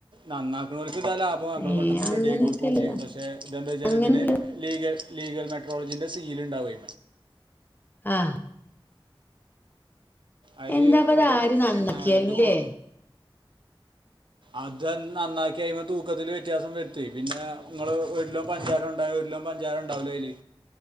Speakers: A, on the right (about 60°); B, on the left (about 20°).
A: നന്നാക്ക്ണോൽ ഇതാ ലാഭം അമ്മൾ
B: ഏഹ്
A: പെട്ടെന്ന്
B: അങ്ങനെയൊക്കെല്ലതാ
A: റെഡിയാ ക്കി കൊടുക്കുകയും ചെയ്യും പക്ഷേ ഇതെന്താ വെച്ചാൽ
B: അങ്ങനെ
A: ഇതിന് ലീഗൽ ലീഗൽ മെട്രോളജീന്റെ സീൽ ഇണ്ടവുവെ
B: ആഹ്
A: അയി
B: എന്താപ്പത്
A: ഓല
B: ആര് നന്നാക്കിയാലുംല്ലേ
A: പിന്നെ ദോ അത് നന്നാക്കി അയ്പ തൂക്കത്തില് വ്യത്യാസം വരുത്തി പിന്നെ നിങ്ങള് ഒലും പഞ്ചാര ഉണ്ടായി ഒലും പഞ്ചാരം ഉണ്ടാവില്ല അല്